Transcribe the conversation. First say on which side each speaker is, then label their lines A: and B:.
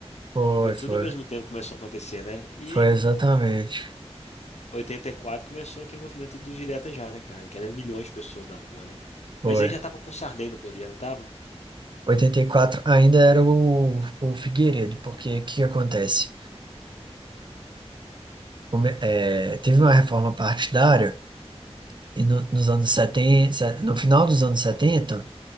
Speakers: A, on the right; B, on the left.
A: foi,
B: Foi tudo
A: foi.
B: ao mesmo tempo que começou a acontecer, né? E
A: Foi exatamente.
B: 84 começou aquele movimento dos diretas já, né, cara? Que era milhões de pessoas na rua, né?
A: Foi.
B: Mas aí já tava com o Sarney no poder, não tava?
A: oitenta e quatro ainda era o, o Figueiredo, porque o que que acontece? Come- é, teve uma reforma partidária e no, nos anos setenta no final dos anos setenta